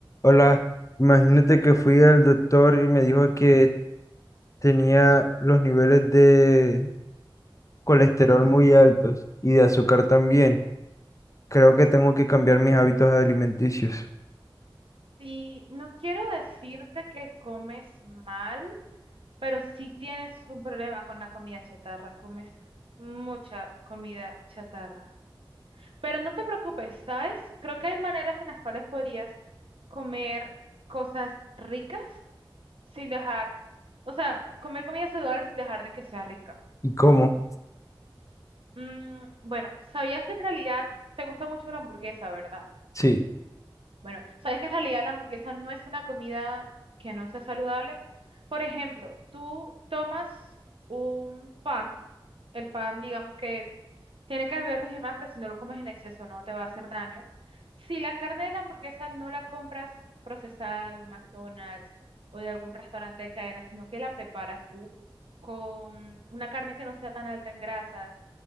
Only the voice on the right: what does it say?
Y no quiero decirte que comes mal, pero sí tienes un problema con la comida chatarra, comes mucha comida chatarra. Pero no te preocupes, ¿sabes? Creo que hay maneras en las cuales podrías comer cosas ricas sin dejar, o sea, comer comida saludable sin dejar de que sea rica.
Mm, bueno, sabías que en realidad te gusta mucho la hamburguesa, ¿verdad?
Bueno, sabes que en realidad la hamburguesa no es una comida que no sea saludable. Por ejemplo, tú tomas un pan, el pan digamos que tiene carbohidratos y demás, pero si no lo comes en exceso no te va a hacer daño. Si la carne de la hamburguesa no la compras procesada de un McDonald's o de algún restaurante de cadena, sino que la preparas tú con una carne que no sea tan alta en grasas,